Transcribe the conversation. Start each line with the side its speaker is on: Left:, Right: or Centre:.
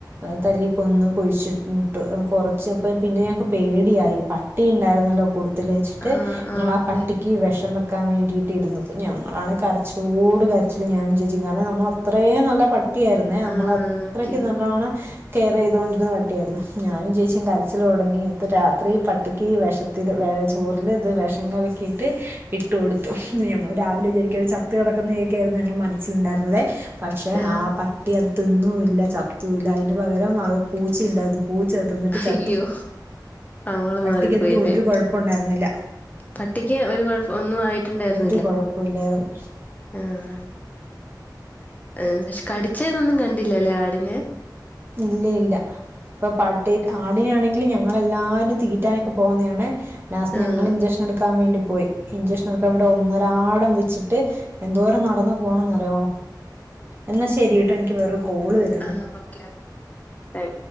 Right: ഏഹ് തല്ലിക്കൊന്ന് കുഴിച്ചിട്ടു കൊറച്ചപ്പം പിന്നെ ഞങ്ങക്ക് പേടിയായി പട്ടിയിണ്ടായിരന്നല്ല കൊട്ത്തില് വെച്ചിട്ട്
Left: ആഹ്
Right: ഞങ്ങളാ
Left: ആഹ്
Right: ആ
Left: അതെ
Right: പട്ടിക്ക് വെഷം വെക്കാൻ വേണ്ടിട്ടിരുന്നു. ഞങ്ങളാണേ കരച്ചിലോട് കരച്ചിലിം ഞാനും ചേച്ചിം കാരണം നമ്മളത്രയും നല്ല പ പട്ടിയായിര്ന്നേ നമ്മളത്രക്കും
Left: ആഹ് ഓക്കെ
Right: നല്ലോണം കെയറെയ്തോണ്ടിര്ന്ന പട്ടിയായിര്ന്നു ഞാനും ചേച്ചിം കരച്ചിലൊടങ്ങി ഇപ്പോരാത്രി പട്ടിക്ക് വെഷ ത്തില് ചോറില്ത് വെഷം കലക്കീട്ട് ഇട്ട് കൊടുത്തു ഇന്ന് ഞങ്ങ അത് രാവിലെ വിചാരിക്കാത് ചത്ത് കെടക്കുന്നയെക്കെയായിര്ന്നു ഞങ്ങളെ മനസ്സിൽണ്ടായിര്ന്നത് പക്ഷേ
Left: ആഹ്
Right: ആ പട്ടി അ തിന്നൂല്ല ചത്തൂല്ല അയിന് പകരം അവ പൂച്ചണ്ടായിരുന്നു പൂച്ച ത് തിന്നിട്ട്
Left: അയ്യോ
Right: ചത്തു.
Left: ആള്
Right: പട്ടിക്കെന്നിട്ടൊരു
Left: മാറിപ്പോയില്ലേ
Right: കൊഴപ്പൂണ്ടായിരുന്നില്ല.
Left: പട്ടിക്ക് ഒരു കൊഴപ്പ ഒന്നും ആയിട്ടുണ്ടായിരു
Right: രു കൊഴപ്പില്ലായിര്ന്നു
Left: ആഹ് ആഹ് ഏഹ് ശെ കടിച്ചന്നൊന്നും കണ്ടില്ലല്ലേ ആടിനെ
Right: ഇല്ലയില്ല ഇപ്പൊ പട്ടി ആടിനാണെങ്കിലു ഞങ്ങളല്ലാരും തീറ്റാനൊക്കെ പോവുന്നാണേ. ലാസ്റ്റ്
Left: ആഹ്
Right: ഞങ്ങള് ഇഞ്ചഷൻ എട്ക്കാൻ വേണ്ടി പോയി ഇഞ്ചഷൻടുക്കാൻ വേണ്ടി ഒന്നരാടം വെച്ചിട്ട് എന്തോരം നടന്ന് പോണന്നറിയോ എന്നാ ശരിട്ടോ എനിക്ക് വേറൊരു കോള് വെര്
Left: ആഹ് ഓക്കേ ഓക്കേ ബൈ